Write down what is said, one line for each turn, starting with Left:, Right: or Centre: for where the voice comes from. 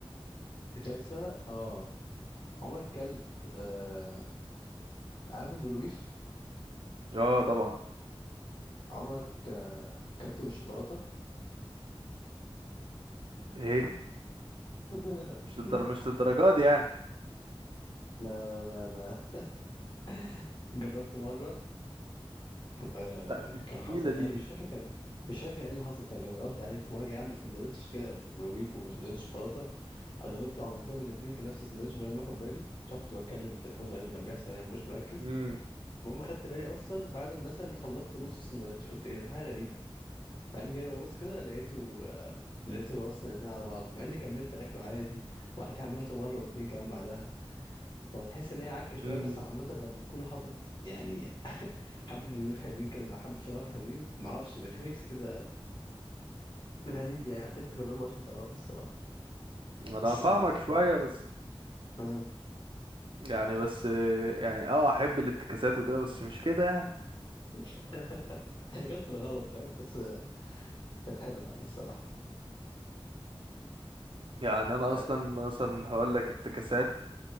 Left: افتكاسة اه عمرك كلت آه... عارف البروبيف
Right: اه طبعا
Left: عمرك آه، كلته بالشوكولاتة
Right: ايه
Left: <laughs>
Right: مش للدر... مش للدرجات دي يعني
Left: لا لا لا لا <laughs> جربت مرة آه...
Right: لا دي
Left: كان
Right: تقيلة
Left: حصل
Right: دي
Left: يعني
Right: دي
Left: مش فاكر كان مش فاكر كان ايه اللي حصل كان غلط يعني كنت مرة جاي اعمل سندوتش كده بروبيف وسندوتش شوكولاتة غلطت وعملتهم الاثنين في نفس السندوتش من غير ما اخد بالي مش عارف كنت بتكلم في تليفون ولا إيه اللي كان بيحصل يعني ما كنتش مركز
Right: مم.
Left: المهم خدت بالي اصلا بعد ما مثلا خلصت نص السندوتش قلت ايه ده في حاجه غريبه بعدين جاي ببص كده لقيته لقيته اصلا الاثنين على بعض مع اني كملت اكله عادي وبعد كده عملته مره واثنين كمان بعدها هو تحس ان هي عك شويه
Right: مم.
Left: بس عامه لما تكون حاطط يعني حبه بلوبيف حلوين كده مع حبه شوكولاته حلوين معرفش بيبقى في ميكس كده غريب يعني محتاج تجربه عشان تعرفه الصراحه
Right: <laughs> انا
Left: بس
Right: فاهمك
Left: اللي افتكر
Right: شوية بس
Left: اه
Right: يعني بس يعني اه احب الافتكاسات وكده بس مش كده يعني
Left: <laughs> هي جت بالغلط فاهم بس كانت حلوة يعني الصراحة
Right: يعني انا
Left: اه
Right: اصلا مثلا هقول لك افتكاسات